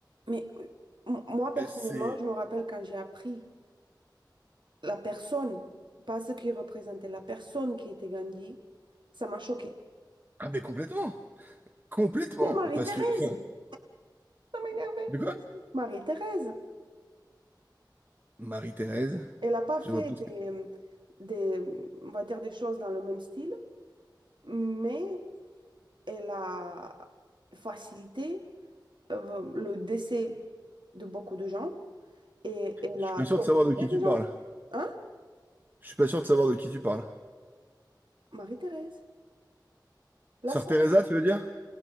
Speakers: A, on the right (about 85°); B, on the right (about 25°).
A: Mais euh, m- moi, personnellement,
B: Et C'est...
A: je me rappelle quand j'ai appris la personne, pas ce qu'il représentait, la personne qui était Gandhi, ça m'a choquée.
B: Ah mais complètement! Complètement!
A: Mais Marie-Thérèse,
B: Parce que... Enfin,
A: ça m'énervait.
B: de quoi?
A: Marie-Thérèse.
B: Marie-Thérèse?
A: Elle n'a pas fait
B: Je vois pas
A: des,
B: ce que...
A: des, on va dire des choses dans le même style, mais elle a facilité euh, le décès de beaucoup de gens et elle
B: Je
A: a
B: suis pas sûr
A: torturé
B: de savoir de qui tu
A: des gens.
B: parles.
A: Hein?
B: Je suis pas sûr de savoir de qui tu parles.
A: Marie-Thérèse, la
B: Sœur
A: scène.
B: Teresa, tu veux dire?